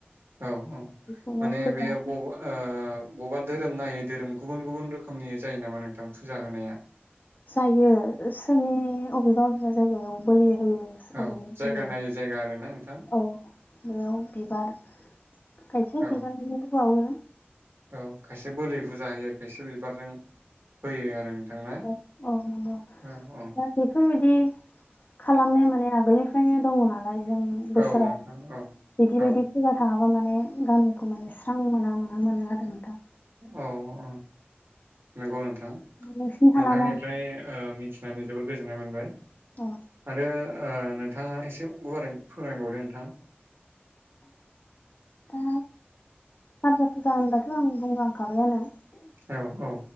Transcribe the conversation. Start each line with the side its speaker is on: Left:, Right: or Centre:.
Right: औ औ
Left: बेखौनो
Right: माने
Left: फोजा
Right: बे ब ओ बबेबा धोरोम नायै धोरोम गुबुन गुबुन रोखोमनि जायो नामा नोंथां फुजा होनाया?
Left: जायो सोरनि बबेबा बबेबा जायगायाव बोलि होयो अबेबा
Right: औ
Left: जायगायाव
Right: जायगा नायै जायगा आरोना नोंथां?
Left: औ बेयाव बिबार खायसे
Right: औ
Left: बिबारनिबो बावो।
Right: औ खायसे बोलि फुजा होयो खायसे बिबारजों होयो आरो। नोंथां ना
Left: औ औ नंगौ
Right: औ औ
Left: दा बेफोरबाय दि खालामनाय माने आगोलनिफ्रायनो दङ नालाय जों
Right: औ
Left: बोसोराव
Right: नोंथां औ
Left: बिदि
Right: औ
Left: बायदि फुजा थाङाब्ला माबा माने गामिखौ माने स्रां मोना मोना मोनो आरो नोंथां।
Right: औ औ। नंगौ नोंथां
Left: नोंसिनि हालामाव
Right: नोंथांनिफ्राय ओ मिथिनानै जोबोद गोजोननाय मोनबाय।
Left: औ
Right: आरो ओ नोंथाङा एसे गुवारै फोरमायबावदो नोंथां?
Left: दा गारजा फुजा होनब्लाथ' आं बुंलांखाबायानो
Right: औ औ